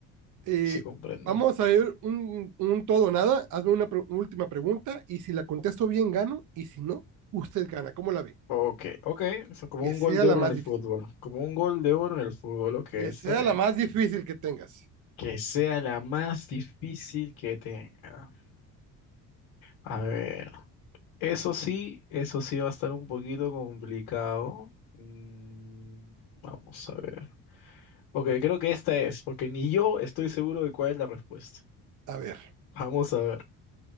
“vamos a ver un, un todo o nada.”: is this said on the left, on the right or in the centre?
Right